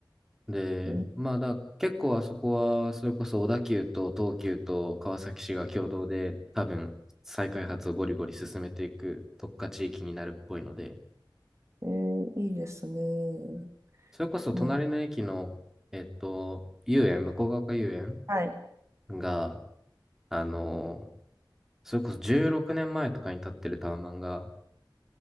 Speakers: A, in the centre; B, on the right (about 35°).
A: で、
B: えー、
A: まあだ、結構あそこは、それこそ小田急と東急と川崎市が共同で、多分再開発をゴリゴリ進めていく特化地域になるっぽいので、
B: えーいいですね。
A: それこそ隣の駅の、
B: もう、
A: えっと、遊園、向ヶ丘遊園
B: はい。
A: が、あのそれこそ16年前とかに建ってるタワマンが、